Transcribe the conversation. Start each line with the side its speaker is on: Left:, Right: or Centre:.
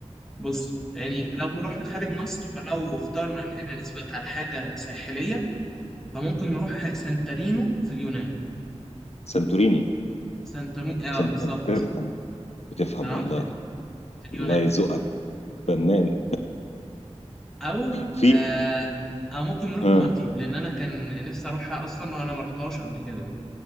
Centre: بص يعني لو رحنا خارج مصر فلو اخترنا ان احنا نثبت على حاجه ساحليه فممكن نروح سانتارينو في اليونان
Left: سانتوريني
Centre: سانتارينو اه
Left: سنت...
Centre: بالظبط
Left: بتفهم بتفهم
Centre: تمام
Left: والله
Centre: في في
Left: الله
Centre: اليونان
Left: يذوقك فنان
Centre: او
Left: في
Centre: آه او ممكن نروح
Left: ها
Centre: المالديف لان انا كان نفسي اروحها اصلا وانا ما رحتهاش قبل كده